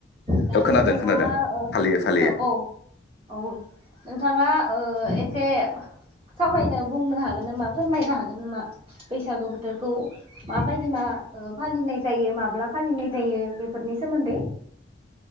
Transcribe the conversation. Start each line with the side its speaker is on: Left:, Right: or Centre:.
Right: दा
Left: औ खोनादों
Right: नोंथाङा
Left: खोनादों
Right: औ
Left: फालियो फालियो
Right: औ औ औ नोंथाङा ओ एसे सावरायनो बुंनो हागोन नामा फोरमायनो हागोन नामा बैसागु बोथोरखौ माबायदि मा फालिनाय जायो माब्ला फालिनाय जायो बेफ फोरनि सोमोन्दै